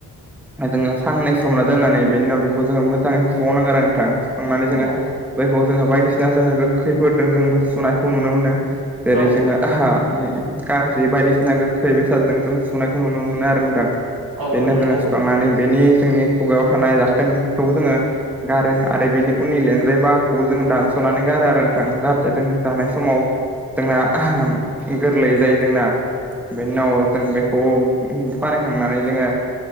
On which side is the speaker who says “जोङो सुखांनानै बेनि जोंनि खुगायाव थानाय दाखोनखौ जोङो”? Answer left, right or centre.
Centre